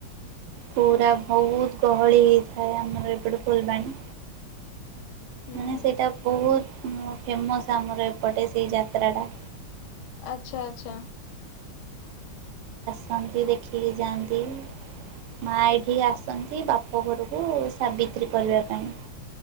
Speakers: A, on the right; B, on the left.
A: ପୁରା ବହୁତ ଗହଳି ହେଇଥାଏ। ଆମର ଏପଟେ ଫୁଲବାଣୀ।
B: ହୁଁ
A: ମାନେ ସେଇଟା ବହୁତ ଫେମସ୍ ଆମର ଏପଟେ ସେଇ ଯାତ୍ରାଟା।
B: ଆଚ୍ଛା ଆଚ୍ଛା।
A: ସନ୍ତି ଦେଖିକି ଯାଆନ୍ତି। ମା ଏଇଠିକି ଆସନ୍ତି ବାପ ଘରୁକୁ ସାବିତ୍ରୀ କରିବା ପାଇଁ।